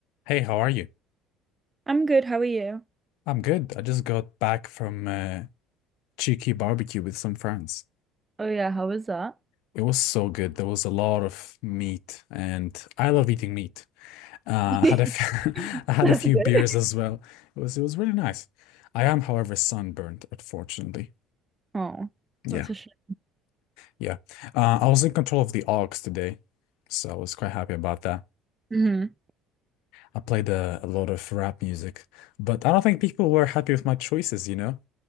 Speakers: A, on the left (about 75°); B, on the right (about 20°).
A: Hey, how are you?
B: I'm good. How are you?
A: I'm good. I just got back from a cheeky barbecue with some friends.
B: Oh yeah, how was that?
A: It was so good. There was a lot of meat, and I love eating meat. Uh,
B: <laughs>
A: I had a few, <laughs> I had
B: That's
A: a few
B: good.
A: beers as well. It was it was really nice. I am, however, sunburned, unfortunately.
B: Oh,
A: Yeah,
B: that's a shame.
A: yeah. Uh, I was in control of the aux today, so I was quite happy about that.
B: hmm
A: I played a, a lot of rap music, but I don't think people were happy with my choices, you know?